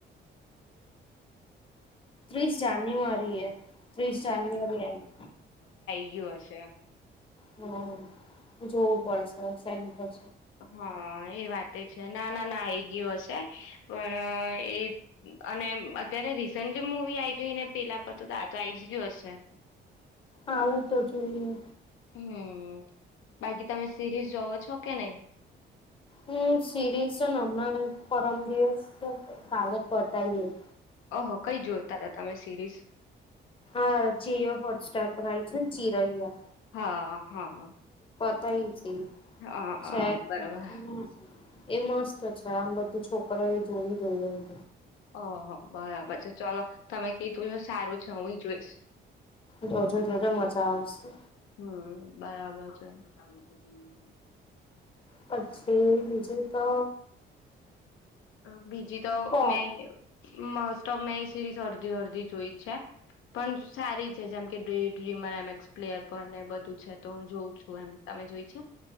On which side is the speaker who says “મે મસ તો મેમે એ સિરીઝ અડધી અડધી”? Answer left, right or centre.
Left